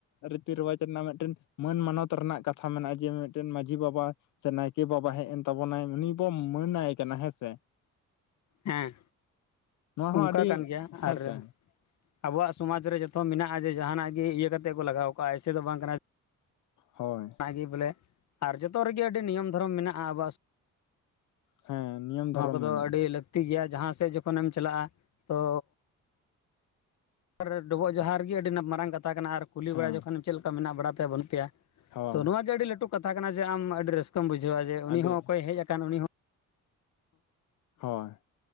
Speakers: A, on the left; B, on the left.
A: ᱨᱤᱛᱤ ᱨᱮᱣᱟᱡᱽ ᱨᱮᱱᱟᱜ ᱢᱤᱫᱴᱮᱱ ᱢᱟᱹᱱ ᱢᱟᱱᱚᱛ ᱨᱮᱱᱟᱜ ᱠᱟᱛᱷᱟ ᱢᱮᱱᱟᱜᱼᱟ ᱡᱮ ᱢᱤᱫᱴᱮᱱ ᱢᱟᱺᱡᱷᱤ ᱵᱟᱵᱟ ᱥᱮ ᱱᱟᱭᱠᱮ ᱵᱟᱵᱟ ᱦᱮᱡ ᱮᱱ ᱛᱟᱵᱚᱱᱟᱭ ᱩᱱᱤ ᱵᱚᱱ ᱢᱟᱹᱱ ᱟᱭ ᱠᱟᱱᱟ ᱦᱮᱸ ᱥᱮ᱾
B: ᱦᱮᱸ
A: ᱱᱚᱣᱟ ᱦᱚᱸ
B: ᱚᱱᱠᱟ
A: ᱟᱹᱰᱤ
B: ᱠᱟᱱ ᱜᱮᱭᱟ
A: ᱦᱮᱸᱥᱮ
B: ᱟᱨ ᱟᱵᱚᱣᱟᱜ ᱥᱚᱢᱟᱡᱽ ᱨᱮ ᱡᱚᱛᱚ ᱢᱮᱱᱟᱜᱼᱟ ᱡᱮ ᱡᱟᱦᱟᱱᱟᱜ ᱜᱮ ᱤᱭᱟᱹ ᱠᱟᱛᱮ ᱠᱚ ᱞᱟᱜᱟᱣ ᱠᱟᱜᱼᱟ ᱮᱭᱥᱮ ᱫᱚ ᱵᱟᱝ ᱠᱟᱱᱟ
A: ᱦᱳᱭ,
B: ᱚᱱᱟᱜᱮ ᱵᱚᱞᱮ ᱟᱨ ᱡᱚᱛᱚ ᱨᱮᱜᱮ ᱟᱹᱰᱤ ᱱᱤᱭᱚᱢ ᱫᱷᱚᱨᱚᱢ ᱢᱮᱱᱟᱜᱼᱟ ᱟᱵᱚᱣᱟᱜ ᱥᱚ
A: ᱦᱮᱸ ᱱᱤᱭᱚᱢ ᱫᱷᱚᱨᱚᱢ
B: ᱚᱱᱟ ᱠᱚᱫᱚ
A: ᱢᱮᱱᱟᱜᱼᱟ
B: ᱟᱹᱰᱤ ᱞᱟᱹᱠᱛᱤ ᱜᱮᱭᱟ ᱡᱟᱦᱟᱸ ᱥᱮᱫ ᱡᱚᱠᱷᱚᱱᱮᱢ ᱪᱟᱞᱟᱜᱼᱟ ᱛᱚ ᱟᱨ ᱰᱚᱵᱚᱜ ᱡᱚᱦᱟᱨ ᱜᱮ ᱟᱹᱰᱤ ᱢᱟᱨᱟᱝ ᱠᱟᱛᱷᱟ ᱠᱟᱱᱟ ᱟᱨ ᱠᱩᱞᱤ
A: ᱦᱮᱸ
B: ᱵᱟᱲᱟ ᱡᱚᱠᱷᱚᱱ ᱪᱮᱫ ᱞᱮᱠᱟ ᱢᱮᱱᱟᱜ ᱵᱟᱲᱟ ᱯᱮᱭᱟ ᱵᱟᱹᱱᱩᱜ ᱯᱮᱭᱟ
A: ᱦᱳᱭ
B: ᱛᱚ ᱱᱚᱣᱟ ᱜᱮ ᱟᱹᱰᱤ ᱞᱟᱹᱴᱩ ᱠᱟᱛᱷᱟ ᱠᱟᱱᱟ ᱡᱮ ᱟᱢ ᱟᱹᱰᱤ ᱨᱟᱹᱥᱠᱟᱹᱢ ᱵᱩᱡᱷᱟᱹᱣᱟ ᱡᱮ ᱩᱱᱤ
A: ᱟᱹᱰᱤ
B: ᱦᱚᱸ ᱚᱠᱚᱭᱮ ᱦᱮᱡ ᱟᱠᱟᱱ ᱩᱱᱤ ᱦᱚᱸ
A: ᱦᱳᱭ,